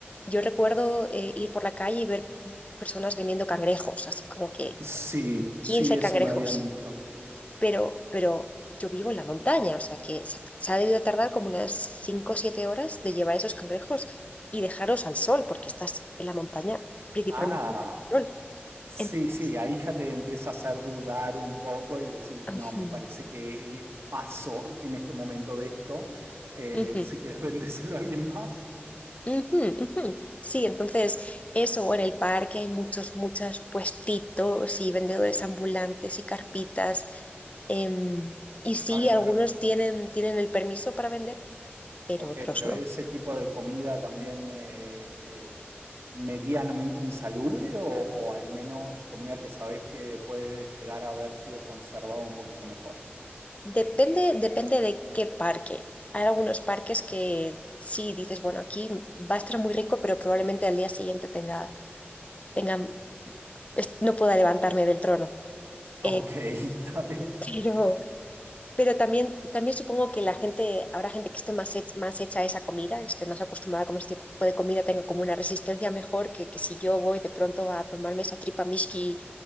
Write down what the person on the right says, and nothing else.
sí,
sí, eso
me habían dicho.
Ah.
Sí,
sí, ahí ya te empieza a hacer dudar un poco y decís,
no,
me parece que eh, paso en este momento de esto. Eh,
si quieres <laughs> vendérselo a alguien más,
está bien,
pero
ok,
pero
ese tipo de comida también eh, eh, medianamente insalubre o, o al menos comida que sabés que puede llegar a haber sido conservado un poquito mejor.
Ok,
<laughs> está bien.